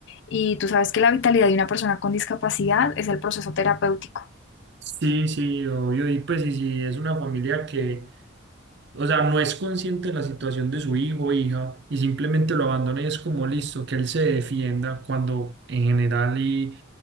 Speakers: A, on the left (about 60°); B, on the right (about 60°).
A: y tú sabes que la vitalidad de una persona con discapacidad es el proceso terapéutico.
B: Sí, sí, obvio. Y pues, y si es una familia que O sea, no es consciente de la situación de su hijo o hija y simplemente lo abandona y es como listo, que él se defienda cuando en general y